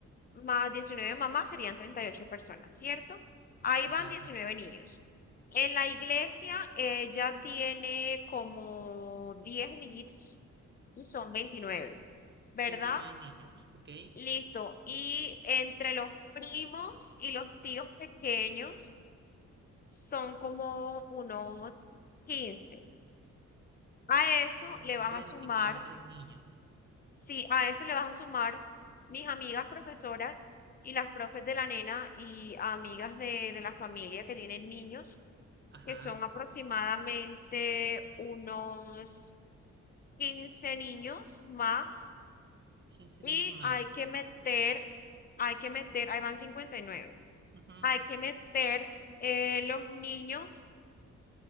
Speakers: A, on the left; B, on the right.
A: más 19 mamás serían 38 personas, ¿cierto? Ahí
B: Ajá.
A: van 19 niños. En la iglesia ella tiene como 10 amiguitos y son 29, ¿verdad?
B: veintinueve niños, ok.
A: Listo. Y entre los primos y los tíos pequeños son como unos 15. A eso
B: Son
A: le vas
B: treinta
A: a sumar
B: y cuatro niños.
A: Sí, a eso le vas a sumar mis amigas profesoras y las profes de la nena y amigas de, de la familia que tienen niños,
B: Ajá.
A: que son aproximadamente unos 15 niños más,
B: quince
A: y
B: niños más.
A: hay que meter, hay que meter, ahí van 59,
B: Ujú,
A: hay que meter eh, los niños